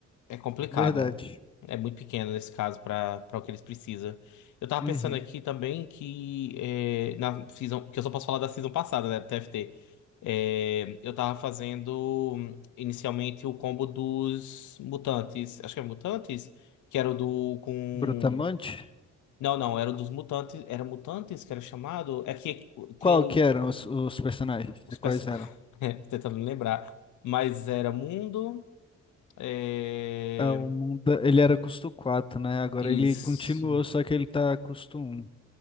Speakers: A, on the left; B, on the left.
A: É complicado,
B: verdade.
A: né? É muito pequeno nesse caso para para o que eles precisam. Eu tava
B: Uhum.
A: pensando aqui também que é, na season, que eu só posso falar da season passada, né, do TFT. É, eu tava fazendo hum, inicialmente o combo dos mutantes, acho que é mutantes, que era o do com
B: Brutamonte?
A: Não, não, era o dos mutantes, era mutantes que era chamado, é que
B: Qual
A: tinha o,
B: que eram os, os personagens?
A: os perso...
B: Quais eram?
A: <laughs> tentando me lembrar, mas era mundo, é,
B: É, o mundo, ele era custo 4, né? Agora
A: isso
B: ele continuou, só que ele tá custo um.